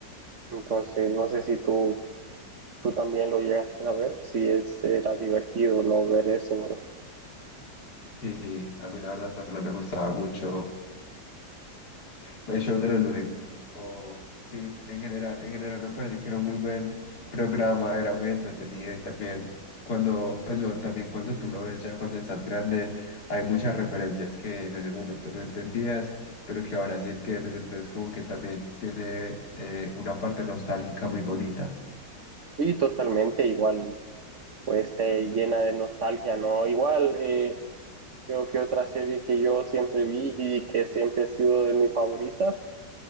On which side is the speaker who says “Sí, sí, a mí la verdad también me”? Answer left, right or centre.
Left